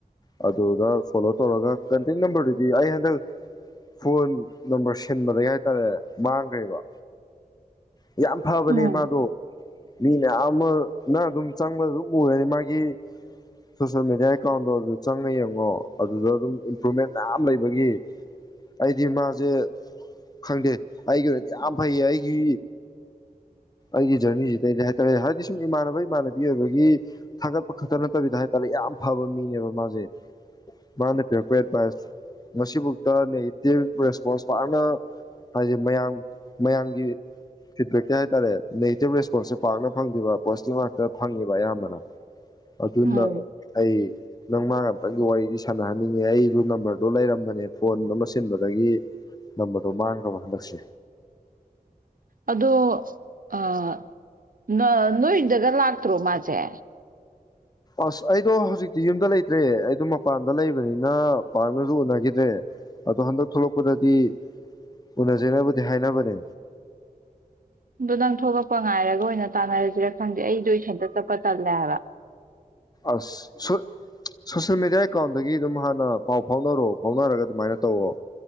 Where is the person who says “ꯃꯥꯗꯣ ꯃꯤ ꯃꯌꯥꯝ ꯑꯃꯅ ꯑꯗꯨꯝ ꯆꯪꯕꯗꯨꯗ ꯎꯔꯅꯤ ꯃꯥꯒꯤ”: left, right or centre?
Left